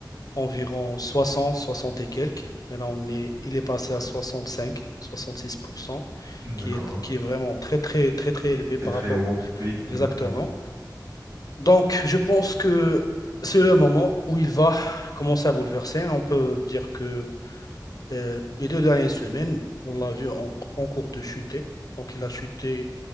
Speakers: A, on the left; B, on the right.
A: environ 60, 60 et quelques. Mais là, on est, il est passé à soixante soixante cinq, six pour cent,
B: d'accord.
A: qui est, qui est vraiment très, très, très, très élevé par
B: C'est très
A: rapport
B: haut. Oui,
A: exactement.
B: oui, oui.
A: Donc, je pense que c'est le moment où il va commencer à bouleverser. On peut dire que Euh, les deux dernières semaines, on l'a vu en, en cours de chuter. Donc, il a chuté